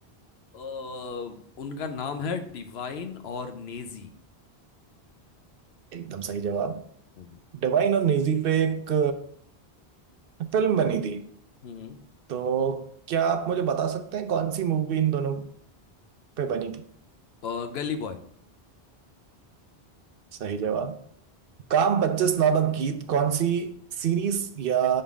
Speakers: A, on the left; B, on the right.
A: अ, उनका नाम है डिवाइन और नेजी
B: एकदम सही जवाब
A: हम्म
B: डिवाइन और नेजी पे एक फिल्म बनी थी
A: हम्म।
B: तो क्या आप मुझे बता सकते हैं कौन सी मूवी इन दोनों पे बनी थी
A: अ, गली बॉय
B: सही जवाब काम पच्चीस नामक गीत कौन सी सीरीज या